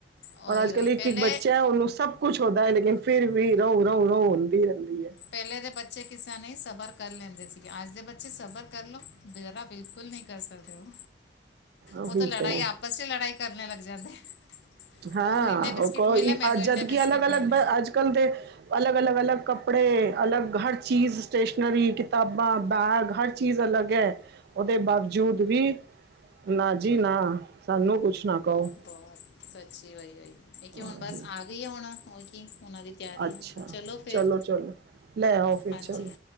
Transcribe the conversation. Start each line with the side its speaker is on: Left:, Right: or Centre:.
Left: ਉਹੀ
Right: ਔਰ ਅੱਜ
Left: ਉਹੀ
Right: ਕੱਲ੍ਹ
Left: ਪਹਿਲੇ
Right: ਇੱਕ ਇੱਕ ਬੱਚਾ ਹੈ ਉਹਨੂੰ ਸਭ ਕੁਛ ਹੁੰਦਾ ਹੈ ਲੇਕਿਨ ਫਿਰ ਵੀ ਰੋਹ ਰਹੂ ਰੋਹ ਹੁੰਦੀ ਰਹਿੰਦੀ ਹੈ।
Left: ਪਹਿਲੇ ਦੇ ਬੱਚੇ ਕਿਸੇ ਨੇ ਸਬਰ ਕਰ ਲੈਂਦੇ ਸੀਗੇ ਅੱਜ ਦੇ ਬੱਚੇ ਸਬਰ ਕਰ ਲੋ ਜਰਾ ਬਿਲਕੁਲ ਨਹੀਂ ਕਰ ਸਕਦੇ ਹੋ।
Right: ਉਹੀ
Left: ਉਹ ਤਾਂ ਲੜਾਈ
Right: ਤੇ ਹੈ
Left: ਆਪਸ ਚ <unintelligible> ਲੜਾਈ ਕਰਨ ਲੱਗ ਜਾਂਦੇ।
Right: ਹਾਂ
Left: ਉਹਨੂੰ ਇੰਨੇ ਬਿਸਕਿਟ
Right: ਉਹ ਕ
Left: ਮਿਲੇ ਮੈਨੂੰ ਇੰਨੇ
Right: ਜਦਕਿ
Left: ਬਿਸਕਿਟ
Right: ਅਲੱਗ ਅਲੱਗ
Left: ਮਿਲੇ
Right: ਅੱਜ ਕੱਲ੍ਹ ਦੇ ਅਲੱਗ ਅਲੱਗ ਅਲੱਗ ਕੱਪੜੇ ਅਲੱਗ ਹਰ ਚੀਜ਼ ਸਟੇਸ਼ਨਰੀ ਕਿਤਾਬਾਂ ਬੈਗ ਹਰ ਚੀਜ਼ ਅਲੱਗ ਹੈ ਉਹਦੇ ਬਾਵਜੂਦ ਵੀ ਨਾ ਜੀ ਨਾ ਸਾਨੂੰ ਕੁਛ ਨਾ ਕਹੋ।
Left: ਬਹੁਤ ਸੱਚੀ ਬਾਈ ਹੈ ਇਹ ਹੁਣ
Right: ਆਹੀ,
Left: ਬਸ ਆ ਗਈ ਆ ਹੁਣ ਹੋਰ ਕੀ ਉਹਨਾਂ ਦੀ ਤਿਆਰੀ
Right: ਅੱਛਾ
Left: ਆ ਫਿਰ
Right: ਚਲੋ ਚਲੋ। ਲੈ ਆਓ ਫਿਰ
Left: ਹਾਂਜੀ
Right: ਚਲੋ